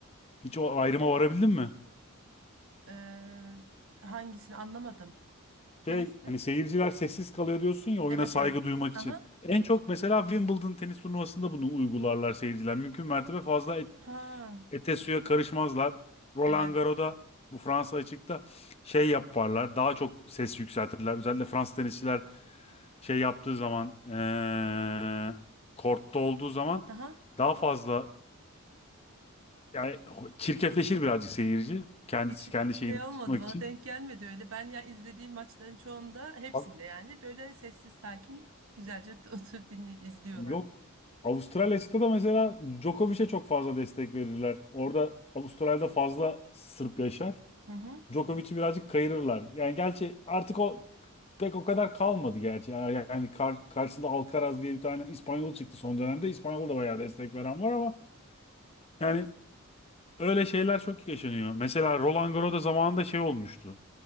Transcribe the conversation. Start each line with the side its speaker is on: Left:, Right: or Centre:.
Left: Hiç o ayrıma varabildin mi?
Right: Ee, hangisini anlamadım. Tenisli.
Left: Şey, hani seyirciler sessiz kalıyor diyorsun ya oyuna
Right: Evet
Left: saygı
Right: evet.
Left: duymak
Right: Aha.
Left: için. En çok mesela Wimbledon tenis turnuvasında bunu uygularlar seyirciler. Mümkün mertebe fazla
Right: Ha.
Left: ete suya karışmazlar. Roland
Right: Evet.
Left: Garros'da bu Fransa açıkta şey yaparlar. Daha çok ses yükseltirler. Özellikle Fransız tenisçiler şey yaptığı zaman eee kortta olduğu zaman
Right: Aha.
Left: daha fazla yani çirkefleşir birazcık seyirci. Kendisi
Right: Hiç
Left: kendi şeyini
Right: şey
Left: tutmak
Right: olmadı bana
Left: için.
Right: denk gelmedi öyle. Ben ya izlediğim maçların çoğunda hepsinde
Left: Bak
Right: yani böyle sessiz sakin güzelce <laughs> oturup dinli izliyorlar.
Left: yok. Avustralya açıkta da mesela Djokovic'e çok fazla destek verirler. Orada Avustralya'da fazla Sırp yaşar.
Right: Hı hı.
Left: Djokovic'i birazcık kayırırlar. Yani gerçi artık o pek o kadar kalmadı gerçi. Ya- Yani kar- karşısında Alcaraz diye bir tane İspanyol çıktı son dönemde. İspanyol da bayağı destek veren var ama yani öyle şeyler çok yaşanıyor. Mesela Roland Garros'da zamanında şey olmuştu.